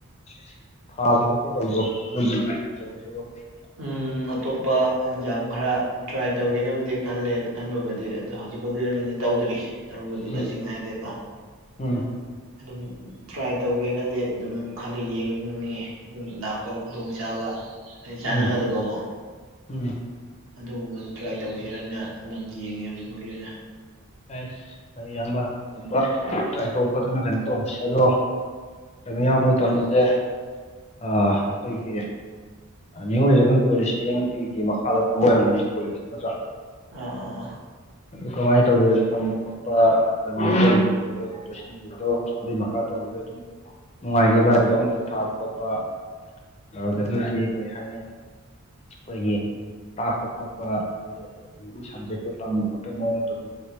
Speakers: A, on the left; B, on the right.
A: <unintelligible> ꯍꯥꯎꯄ ꯇꯧꯗꯣ ꯆ ꯆꯣ <unintelligible>
B: ꯎꯝ ꯑꯇꯣꯞꯄ ꯑꯦꯟꯖꯥꯝ ꯈꯔ ꯇ꯭ꯔꯥꯏ ꯇꯧꯒꯦꯕꯨꯗꯤ ꯈꯜꯂꯦ ꯈꯟꯕꯕꯨꯗꯤ ꯑꯗꯣ ꯍꯧꯖꯤꯛꯐꯥꯎꯒꯤ ꯑꯣꯏꯅꯗꯤ ꯇꯧꯗ꯭ꯔꯤꯁꯦ ꯇꯧꯕꯗꯤ
A: ꯎꯝ
B: ꯇꯁꯦꯡꯅ ꯍꯥꯏꯗꯤꯀꯣ
A: ꯎꯝ
B: ꯑꯗꯨꯝ ꯇ꯭ꯔꯥꯏ ꯇꯧꯒꯦꯅꯗꯤ ꯑꯗꯨꯝ ꯈꯜꯂꯤ ꯌꯦꯡꯅꯤꯡꯉ ꯑꯗꯨꯝ ꯂꯥꯛꯄ ꯈꯨꯗꯣꯡ ꯆꯒ
A: ꯎꯝ
B: ꯑꯗꯨ <unintelligible> ꯀꯣ
A: ꯎꯝ
B: ꯑꯗꯨꯒꯨꯝꯕꯗꯨ ꯇ꯭ꯔꯥꯏ ꯇꯧꯁꯤꯔꯅ ꯑꯗꯨꯝ ꯌꯦꯡꯉꯦ ꯍꯧꯖꯤꯛꯐꯥꯎꯒꯤ ꯑꯣꯏꯅ
A: ꯑꯩꯁ ꯍꯣꯏ ꯏꯌꯥꯝꯕ ꯑꯗꯨꯝꯕ ꯇ꯭ꯔꯥꯏ ꯇꯧꯕ ꯈꯣꯠꯇꯅ ꯀꯩꯅꯣ ꯇꯧꯔꯁꯦ ꯑꯗꯣ ꯀꯩꯅꯣ ꯏꯌꯥꯝꯕ ꯑꯣꯏꯅ ꯇꯝꯕꯁꯦ ꯑꯩꯈꯣꯏꯒꯤ ꯃꯤꯑꯣꯉꯏꯔ ꯈꯟ ꯀꯣꯏꯔꯤꯁꯤ ꯑꯦ ꯅꯨꯄꯤꯒꯤ ꯃꯈꯥꯗ ꯇꯝꯕ ꯑꯣꯏꯔꯝꯒꯅꯤ ꯀꯣꯂꯦꯁꯁꯤ ꯅꯠꯇ꯭ꯔꯥ
B: ꯑꯥ ꯑꯥ ꯑꯥ
A: ꯑꯗꯨꯥꯏ ꯇꯧꯋꯦ ꯑꯗꯨ ꯇꯝꯕ ꯈꯣꯠꯄ ꯀꯩꯅꯣꯧ ꯈ ꯑꯗꯨ ꯂꯣꯏꯁꯤꯟꯈꯤꯕꯗꯣ ꯑꯗꯨꯏ ꯃꯈꯥ ꯇꯧꯕꯤꯗꯣ ꯑꯗꯨꯝ ꯅꯨꯡꯉꯥꯏꯈꯤꯕ꯭ꯔꯥ ꯌꯦꯖꯣꯝ ꯏꯖꯣꯝ ꯊꯥꯕ ꯈꯣꯠꯄ ꯑꯗꯨꯗꯒꯤꯗꯤ ꯀꯔꯤ ꯍꯥꯏꯅꯤ ꯑꯩꯈꯣꯏꯒꯤ ꯇꯥꯛꯄ ꯈꯣꯠꯄ ꯑꯗꯒꯤ ꯑꯒꯤ ꯁꯕꯖꯦꯛꯇꯣ ꯇꯝꯕ ꯈꯣꯠꯄꯒꯤ ꯃꯑꯣꯡꯗꯣ ꯑꯗꯨꯝ